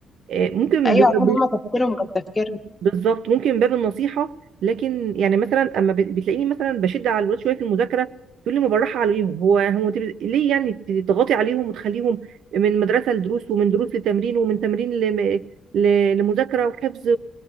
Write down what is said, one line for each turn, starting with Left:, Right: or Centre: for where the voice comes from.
Right: إيه ممكن
Left: ايوه
Right: بيبقى
Left: عشان هما تفكيرهم غير تفكيرنا
Right: بالظبط ممكن من باب النصيحه لكن يعني مثلا اما ب- بتلاقيني مثلا بشد على الولاد شويه في المذاكره تقول لي ما بالراحه عليهم هو هو تب- ليه يعني تضغطي عليهم وتخليهم من مدرسه لدروس ومن دروس لتمرين ومن تمرين لم... ل... لمذاكره وحفظ